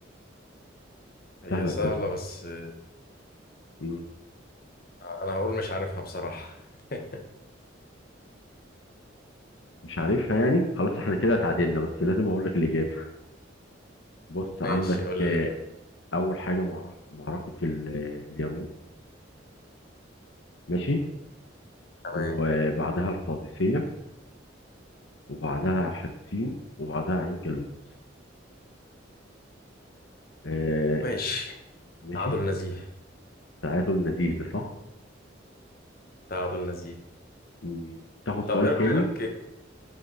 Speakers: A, on the left; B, on the left.
A: هي
B: سهله
A: سهله
B: بجد
A: بس آه،
B: مم.
A: انا هقول مش عارفها بصراحه <laughs>
B: مش عارفها يعني خلاص احنا كده اتعادلنا بس لازم اقول لك الاجابه بص عندك
A: ماشي قول اللي
B: آه،
A: جاي
B: اول حاجه معركه معركه ال- آه، اليرموك ماشي
A: تمام
B: وبعدها القادسيه وبعدها حطين وبعدها عين جالوت آه،
A: ماشي
B: ماشي
A: تعادل نزيه
B: تعادل نزيه ده صح
A: تعادل نزيه
B: مم. تاخد سؤال
A: طب ايه
B: تاني
A: رايك